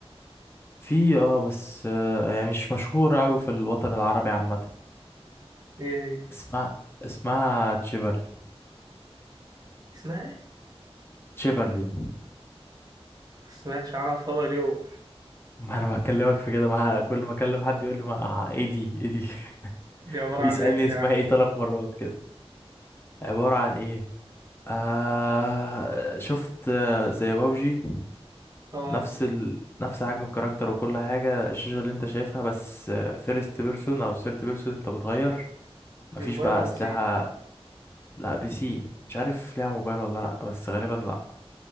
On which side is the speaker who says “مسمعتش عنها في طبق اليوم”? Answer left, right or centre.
Right